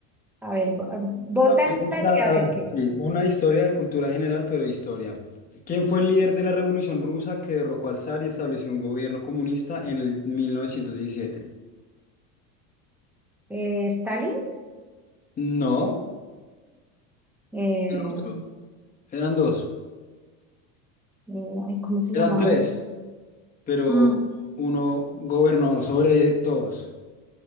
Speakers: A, in the centre; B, on the left.
A: A ver, bo- bota
B: A ver,
A: la
B: esta-
A: que, a
B: a
A: ver
B: ver,
A: qué.
B: sí, una historia de cultura general, pero historia. ¿Quién fue el líder de la Revolución Rusa que derrocó al zar y estableció un gobierno comunista en el 1917?
A: Eh, Stalin.
B: No,
A: Eh,
B: el otro. Eran dos.
A: eh, ay, ¿cómo se
B: Eran
A: llamaba?
B: tres, pero
A: Mm.
B: uno gobernó sobre todos.